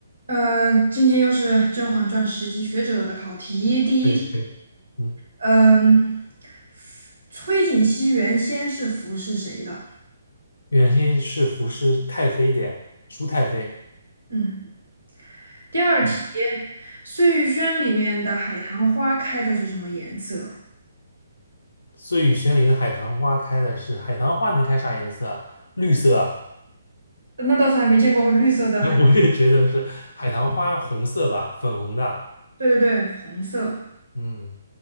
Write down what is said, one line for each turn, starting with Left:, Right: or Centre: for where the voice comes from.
Right: 呃，今天又是《甄嬛传》十级学者的考题，第一题，
Left: 可以可以，嗯，
Right: 嗯，崔槿汐原先是服侍谁的？
Left: 原先是服侍太妃的呀，舒太妃。
Right: 嗯，第二题，
Left: 嗯，
Right: 碎玉轩里面的海棠花开的是什么颜色？
Left: 碎雨轩里的海棠花开的是海棠花，能开啥颜色啊绿色啊
Right: 那倒是还没见过绿色的海棠
Left: 那 <laughs> 我也觉得是海棠花，红色吧，粉红的。
Right: 对对对，红色。
Left: 嗯，